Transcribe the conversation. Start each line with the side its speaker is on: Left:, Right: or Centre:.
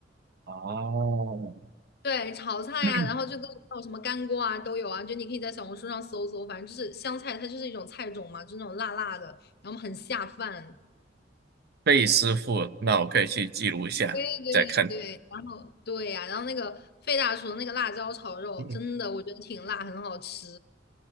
Right: 哦，
Left: 对，炒菜呀、
Right: <clears throat>
Left: 然后就各种还有什么干锅啊都有啊，就你可以在小红书上搜搜，反正就是香菜，它就是一种菜种嘛，就是那种辣辣的，然后很下饭。
Right: 贝师傅，那我可以去记录一下，
Left: 对
Right: 再看。
Left: 对对，然后对呀、然后那个费大厨的那个辣椒炒肉，
Right: 嗯
Left: 真的我觉得挺辣，很好吃。